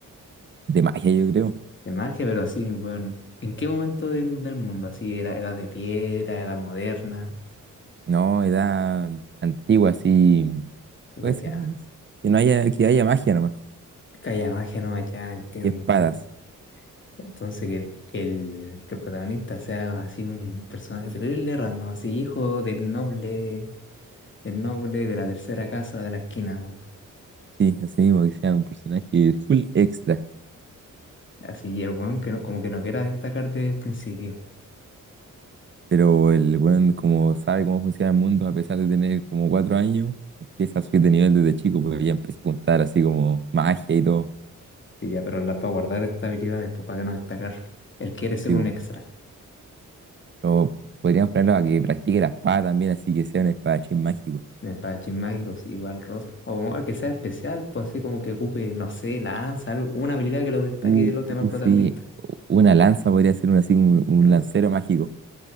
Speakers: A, on the right; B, on the left.
A: de magia, yo creo.
B: De magia, pero así, bueno, ¿en qué momento del, del mundo? Así, era, era de piedra, era moderna.
A: No, edad antigua, así.
B: Digo,
A: Puede
B: ya,
A: ser que no haya, que haya magia nomás.
B: que haya magia, no, ya, entiendo,
A: Y espadas.
B: entiendo. Entonces, que el, el- que el protagonista sea así un personaje terrible, random, así, hijo del noble, del noble de la tercera casa de la esquina, weón.
A: Sí, así mismo, que sea un personaje full extra.
B: Así, y el weón que no- como que no quiera destacar desde el principio.
A: Pero el weón, como sabe cómo funciona el mundo, a pesar de tener como cuatro años, empieza a subir de nivel desde chico, porque ya empieza a juntar así como magia y todo.
B: Y ya, pero las va a guardar estas habilidades pues, para que no destacar. Él quiere ser
A: Tipo.
B: un extra.
A: Pero podríamos ponerlo a que practique la espada también, así que sea un espadachín mágico.
B: En Espadachín mágicos, igual Ross. O que sea especial, pues así como que ocupe, no sé, lanza, algo, una habilidad que lo destaque
A: Uh,
B: de los demás protagonistas.
A: sí. Una lanza podría ser un, así, un un
B: ¿no?
A: lancero mágico.